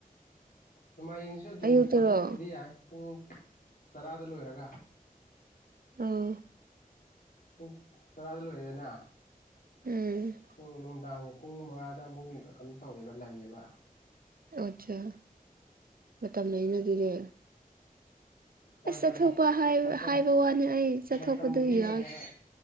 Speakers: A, on the left (about 85°); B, on the right (about 75°).
A: ꯅꯣꯡꯃꯥꯏꯖꯤꯡꯁꯤꯁꯨ ꯑꯗꯨꯝ
B: ꯑꯌꯨꯛꯇꯔꯣ
A: ꯆꯠꯊꯣꯛꯄꯕꯨꯗꯤ ꯌꯥꯏ ꯄꯨꯡ ꯇꯔꯥꯗ ꯂꯣꯏꯔꯒ
B: ꯎꯝ
A: ꯄꯨꯡ ꯇꯔꯥꯗ ꯂꯣꯏꯔꯦꯅ
B: ꯎꯝ
A: ꯄꯨꯡ ꯅꯨꯡꯗꯥꯡꯒꯤ ꯄꯨꯡ ꯃꯉꯥꯗ ꯑꯃꯨꯛ ꯀꯩꯅꯣ ꯇꯧꯋꯦꯕ ꯂꯩꯌꯦꯕ
B: ꯑꯆꯥꯥ ꯃꯇꯝ ꯂꯩꯅ ꯑꯗꯨꯗꯤ
A: ꯍꯣꯏ
B: ꯑꯁ
A: ꯃ
B: ꯆꯠꯊꯣꯛꯄ
A: ꯃꯇꯝ
B: ꯍꯥꯏꯕ ꯋꯥꯅꯤ ꯑꯩ ꯆꯠꯊꯣꯛꯄꯗꯨ
A: ꯃꯇꯝꯕꯨꯗꯤ ꯂꯩꯌ‌ꯦ
B: ꯌꯥꯎ